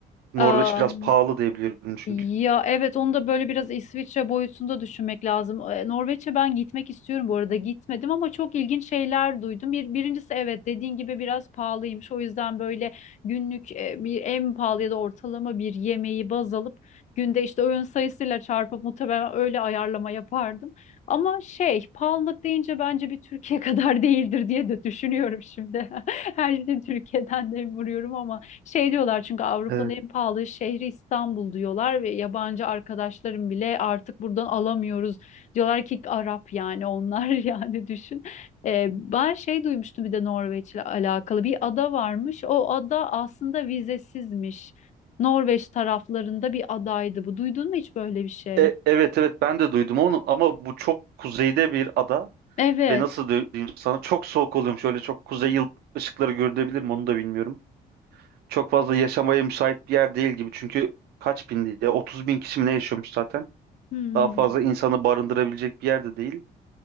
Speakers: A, on the right; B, on the left.
A: Norveç
B: Aa,
A: biraz pahalı diye biliyorum çünkü.
B: Ya evet onu da böyle biraz İsviçre boyutunda düşünmek lazım. Ee, Norveç'e ben gitmek istiyorum bu arada. Gitmedim ama çok ilginç şeyler duydum. Bir, birincisi evet dediğin gibi biraz pahalıymış. O yüzden böyle günlük e, bir en pahalı ya da ortalama bir yemeği baz alıp günde işte öğün sayısıyla çarpıp muhtemelen öyle ayarlama yapardım. Ama şey pahalılık deyince bence bir Türkiye <laughs> kadar değildir diye de düşünüyorum şimdi. <laughs> Her şeyi Türkiye'den de vuruyorum ama. Şey diyorlar çünkü Avrupa'nın
A: Evet.
B: en pahalı şehri İstanbul diyorlar ve yabancı arkadaşlarım bile artık buradan alamıyoruz. Diyorlar ki Arap yani onlar <laughs> yani düşün. Ee, ben şey duymuştum bir de Norveç'le alakalı bir ada varmış. O ada aslında vizesizmiş. Norveç taraflarında bir adaydı bu. Duydun mu hiç böyle bir şey?
A: E- evet evet ben de duydum onu ama bu çok kuzeyde bir ada
B: Evet.
A: ve nasıl dö- diyeyim sana çok soğuk oluyormuş. Öyle çok kuzey yıl ışıkları görünebilir mi onu da bilmiyorum. çok fazla yaşamaya müsait bir yer değil gibi. Çünkü kaç bin diye 30 bin kişi mi ne yaşıyormuş zaten.
B: Hı hı.
A: Daha fazla insanı barındırabilecek bir yerde değil.